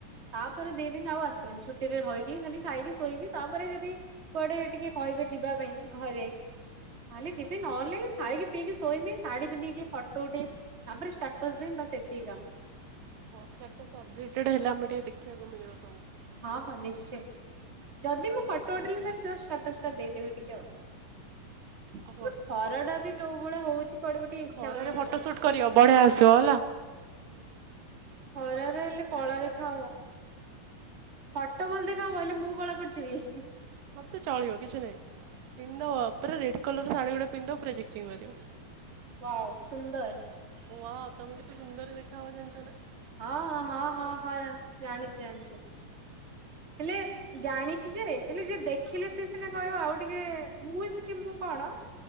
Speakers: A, on the right; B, on the right.
A: ତାପରେ ଦି ଦିନି ଆଉ ଆସିବିନି ଛୁଟିରେ ରହିକି ଖାଲି ଖାଇକି ଶୋଇବି ତାପରେ ଯଦି କୁଆଡେ ଟିକେ କହିବେ ଯିବା ପାଇଁ ଘରେ। ତାହଲେ ଯିବି। ନହେଲେ ଖାଇକି ପିଇକି ଶୋଇମି ଶାଢୀ ପନ୍ଧିକିି ଟିକେ ଫଟୋ ଉଠେଇବି। ତା ପରେ ଷ୍ଟାଟସ ଦେବି ବାସ ଏତିକି କାମ।
B: ଷ୍ଟାଟସ ଅପଡେଟଡ଼ ହେଲା ଆମେ ଟିକେ ଦେଖିବାକୁ ମିଳିବ ତମକୁ।
A: ହଁ ହଁ ନିଶ୍ଚୟ। ଯଦି ମୁଁ ଫୋଟୋ ଉଠେଇଲି ସେ ଷ୍ଟାଟସ୍ ଟା ଦେଇଦବି ଟିକେ ଆଉ।
B: ଅଭଟ।
A: କିନ୍ତୁ ଖରା ଟା ବି ଯୋଉ ଭଳିଆ ହଉଛି କୁଆଡେ ବି ଟିକେ ଇଚ୍ଛା
B: ଖରାରେ
A: ହଉନି ଯିବାକୁ।
B: ଫଟୋ ସୁଟ୍ କରିବ ବଢ଼ିଆ ଆସିବ ହେଲା।
A: ଖରାରେ ହେଲେ କଳା ଦେଖାହବ। ଫଟୋ ଭଲ ଦେଖାହବ ହେଲେ ମୁଁ କଳା ପଡିଯିବି।
B: ହଁ ସେ ଚଳିବ କିଛି ନାହିଁ। ପିନ୍ଧ ପୁରା ରେଡ୍ କଲର ର ଶାଢ଼ୀ ଗଟେ ପିନ୍ଧ ପୁରା ଚିକିଚିକି ମାରିବ।
A: ୱାଉ ସୁନ୍ଦର।
B: ୱାଉ ତମେ କେତେ ସୁନ୍ଦର ଦେଖା ହୁଅ ଜାଣିଛ ନା।
A: ହଁ ହଁ ହଁ ହଁ ଜାଣିଛି ଜାଣିଛି ହେଲେ ଜାଣିଛି ଯେ ହେଲେ ଯିଏ ଦେଖିଲେ ସେ ସିନା କହିବ ଆଉ ଟିକେ। ମୁଁ ଜାଣିଛି ମୁଁ କଣ